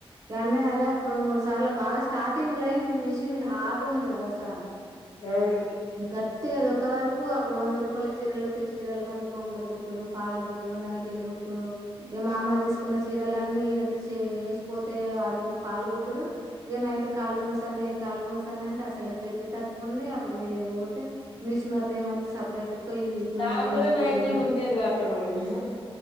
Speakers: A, on the right; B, on the left.
A: ఇగఅన్న అదే అప్పుడు రెండు మూడు సార్ల బాగా స్టార్టింగ్ లైఫ ఇది మిషన్ గా హార్డ్ ఉంటది గదా సాన్
B: అవును
A: మ్ గట్ పట్ కద ఇక ఒక వరకు అప్పుడు వంద రూపాయల చీరలు వస్తతే చీరలుగా కొన్ని కొంగులు కుట్టుడు, పాళ్ళు కుట్టుడు, నైటీలు కుట్ డు ఇక మా అమ్మ తీసుకున్న చీరలన్నీ ఇడ తీసి ఎసిపోతే అవిటికి పాలు కుట్టుడు ఇగ నైట్ కాలు గుంజుతున్నాయి కాలు గుంజుతున్నాయి అంటే అసలే బ్లెడ్ తక్కువుంది అప్పుడు వి ఇది వుడితె మిషన్ వద్దు ఏమద్దు సపడే కుకో ఇ గుంజుడెంది
B: నాకు కూడా నైటీలు
A: ఇదేంది.
B: కుట్టేదిగా అక్క నువ్వు